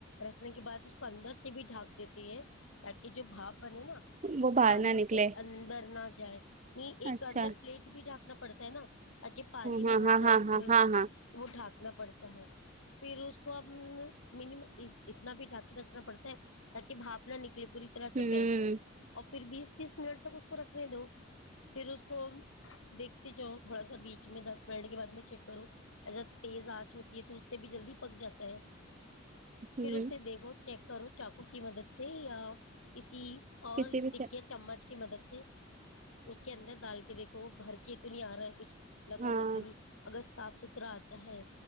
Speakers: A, on the left; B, on the right.
A: رکھنے کے بعد اس کو اندر سے بھی ڈھانک دیتے ہیں تاکہ جو بھاپ بنے نا تو
B: وہ باہر
A: پانی
B: نہ
A: اس
B: نکلے
A: کے اندر نہ جائے م ایک
B: اچھا
A: اندر پلیٹ بھی ڈا نا پڑتا ہے نا تاکہ پانی نہ
B: ہاں
A: بھر
B: ہاں
A: جائے
B: ہاں
A: اس
B: ہاں
A: میں
B: ہاں ہاں ہاں
A: وہ ڈھاک نا پڑتا ہے پھر اس کو ا م اتنا بھی ڈٹا کے رکھنا پڑتا ہے تاکہ بھاپ نہ نکل پوری طرح سے
B: ہوں
A: پیک ہو اور پھر بیس تیس منٹ تک اس کو رکھنے دو پھر اس کو دیکھتے جاؤ تھوڑا سا بیچ میں دس منے کے بعد میں چیک کروں ایسا تیز آنچ ہوتی ہے تو اس سے بھی جلدی پک جاتا ہے
B: ہوں
A: پھر اسے دیکھو چیک کرو چاقو کی مدد سے یا کسی اور
B: کسی
A: اسٹک
B: بھی شے-
A: کے چمچ کی مدد سے اس کے اندر ڈال کے دیکھو وہ بھر کے تو نہیں آ رہا ہے کچھ لگ
B: ہاں
A: بت صاف ستھرا آتا ہے